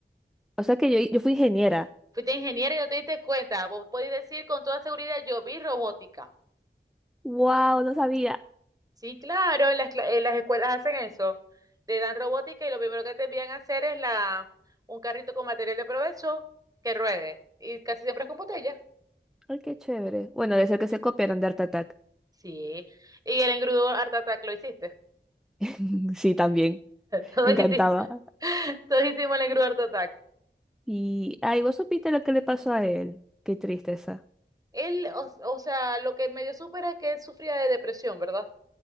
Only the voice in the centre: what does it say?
O sea que yo, yo fui ingeniera.
¡Wow! No sabía.
¡Ay, qué chévere! Bueno, de ser que
se copiaron de Art Attack.
<laughs> Sí, también.
Me encantaba.
Y, ay, vos supiste lo que le pasó a él. Qué tristeza.